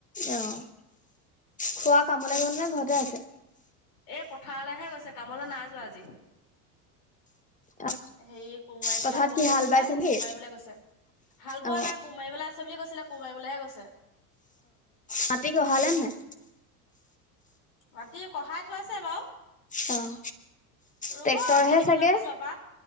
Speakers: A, on the left; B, on the left.
A: অ', খুৰা কামলে গল নে ঘৰতে আছে?
B: এই পথাৰলৈহে গৈছে কামলৈ নাই যোৱা আজি,
A: অ
B: হেৰি কোৰ মাৰিবলৈ
A: পথাৰত
B: আছে
A: কি
B: বুলি
A: হাল
B: কৈছে,
A: বাইছে নেকি?
B: কোৰ মাৰিবলৈ গৈছে। হাল বোৱা
A: অ
B: নাই কোমাৰিবলৈ আছে বুলি কৈছিলে কোমাৰিবলৈহে গৈছে।
A: মাটিক কঢ়ালে নে নাই?
B: মাটি কঢ়াই থৈছে বাৰু।
A: অ'।
B: ৰুব
A: ট্ৰেক্টৰহে
B: আৰু কেইদিনমানৰ
A: চাগে
B: পিছৰ পৰা,